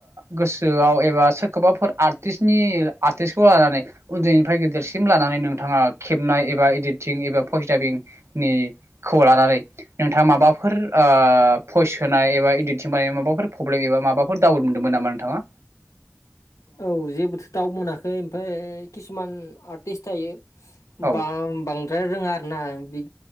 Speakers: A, on the right; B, on the left.
A: गोसोआव एबा सोर खौबाफोर आरटिसनि आर्टिस्टखौ लानानै उन्दैनिफ्राय गिदेरसिम लानानै नों थाङा खेबनाय एबा इडिटिं एबा पस्टारिंनि खौ लानानै नोंथाङा माबाफोर ओ भइस होनाय एबा इडिटिं बानायनाय माबाफोर प्रब्लेम एबा माबाफोर डाउट मोनदोंमोन नामा नोंथाङा?
B: औ जेबोथ' दाउड मोनाखै ओमफ्राय किसुमान आर्टिस्ट थायो
A: औ
B: बा बांद्राय रोङा आरो ना बि